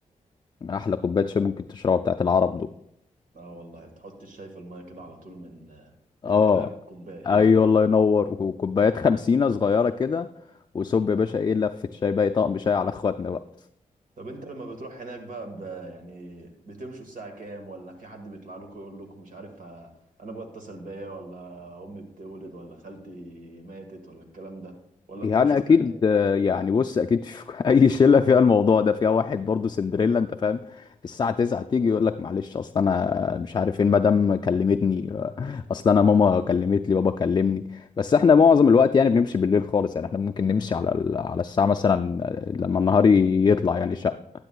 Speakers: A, on the left (about 30°); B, on the right (about 70°).
A: احلى كوباية شاي ممكن تشربها بتاعت العرب دول
B: اه والله تحط الشاي في المية كده على طول من مش
A: اه
B: بتلاقيها بالكوباية
A: ايوه الله ينور وكوبايات خمسينة صغيرة كده وصب يا باشا ايه لفة شاي بقى طقم شاي على اخواتنا بقى
B: طب انت لما بتروح هناك بقى ب... يعني بتمشوا الساعة كام ولا في حد بيطلع لكم يقول لكم مش عارف ه- انا ابويا اتصل بيا ولا امي بتولد ولا خالتي ماتت ولا الكلام ده ولا
A: يعني
B: بتمشوا الساعة
A: اكيد آه، يعني بص اكيد في <laughs> اي شله فيها الموضوع ده فيها واحد برضه سندريلا انت فاهم الساعه 9 تيجي يقول لك معلش اصل انا مش عارف ايه المدام كلمتني آه، اصل انا ماما كلمت لي بابا كلمني بس احنا معظم الوقت يعني بنمشي بالليل خالص يعني احنا ممكن نمشي على ال- على الساعه مثلا آه، لما النهار يطلع يعني شق